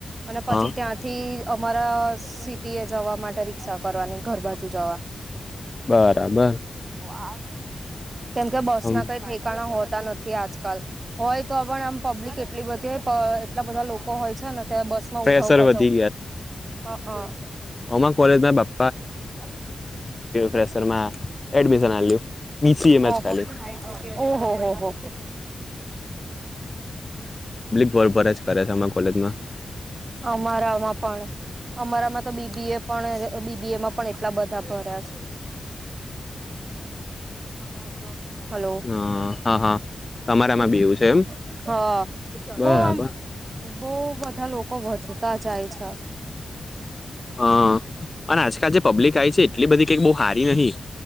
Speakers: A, on the right; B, on the left.
A: અને પછી
B: હા
A: ત્યાંથી અમારા સિટી એ જવા માટે રિક્ષા કરવાની ઘરબાજુ <unintelligible>
B: બરાબર
A: ભગવાન કેમકે બસ
B: હમ
A: ના કઈ ઠેકાણા હોતા નથ થી આજકાલ હોય તો પણ આમ પબ્લિક બધી હો પ એટલા બધા લોકો હોય છે ને કે બસ માં
B: ફ્રેશર
A: ઉભા ઉભા
B: વધી
A: જવુ, હા હા
B: અમે કોલેજમાં યે બાપ
A: <unintelligible>
B: ફ્રેશરમાં એડમિશન આલ્યું બીસીએમાં
A: હ
B: જ ખાલી
A: પછી ઓહોહો હો
B: પણ બધેજ કરે છે અમણે કોલેજમાં
A: અમારામાં પણ અમારામાં તો બીબી એ પણ બીબી એમાં પણ એટલા ભર્યા છે. <unintelligible> હલો
B: હા હા હા તમારામાં
A: <unintelligible>
B: બી એવું છે એમ
A: હા
B: બરાબર
A: બઉ આમ બો બધા લોકો વધતા જાય છે. <inaudible>
B: હ અને આજકાલ જે પબ્લિક આયી છે એટલી બધી કઈ બહ હારી નહી.